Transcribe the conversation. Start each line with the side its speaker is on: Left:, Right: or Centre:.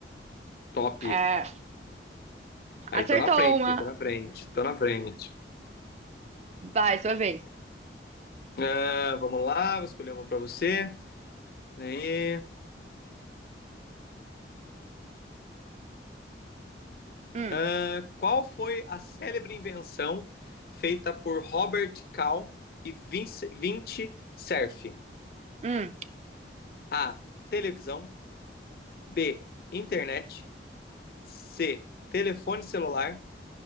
Left: top.
Right: É,
Left: Aí
Right: acertou
Left: tô na frente,
Right: uma.
Left: tô na frente, tô na frente.
Right: Vai, sua vez.
Left: Ah, vamos lá, vou escolher uma para você. Aí,
Right: Hum.
Left: ah, qual foi a célebre invenção feita por Robert Calm e Vince, Vinci Cerf?
Right: Hum,
Left: A. Televisão. B. Internet. C. Telefone celular.